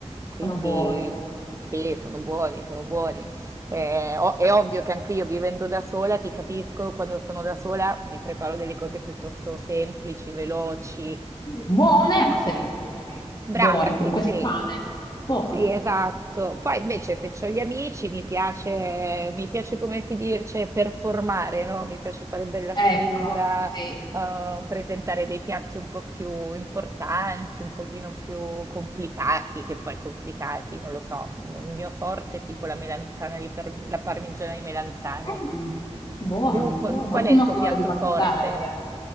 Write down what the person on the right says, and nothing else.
Quindi
sì, sono buoni, sono buoni. Eh, o- è ovvio che anche io vivendo da sola, ti capisco, quando sono da sola mi preparo delle cose piuttosto semplici, veloci, eh,
brava,
sì,
sì.
Sì, esatto. Poi invece se ho gli amici mi piace, mi piace come si dice, performare, no? Mi piace fare bella
figura,
eh, presentare dei piatti un po' più importanti, un pochino più complicati, che poi complicati, non lo so. Il mio forte è tipo la melanzana di par- la parmigiana di melanzane.
Tu, qu-
qual
è il tuo
piatto
forte?